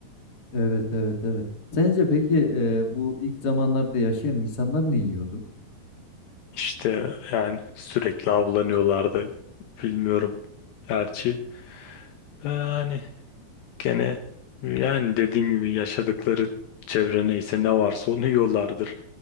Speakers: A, on the left; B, on the left.
A: Evet, evet, evet. Sence peki e, bu ilk zamanlarda yaşayan insanlar ne yiyordu?
B: işte yani sürekli avlanıyorlardı bilmiyorum gerçi yani gene yani dediğim gibi yaşadıkları çevre neyse ne varsa onu yiyorlardır.